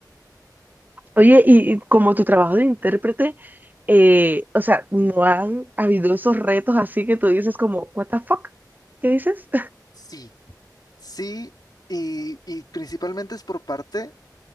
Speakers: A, on the right; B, on the left.
A: Oye, y, y como tu trabajo de intérprete, eh, o sea, ¿no han habido esos retos así que tú dices como, what the fuck? ¿Qué dices?
B: Sí, sí, y, y principalmente es por parte,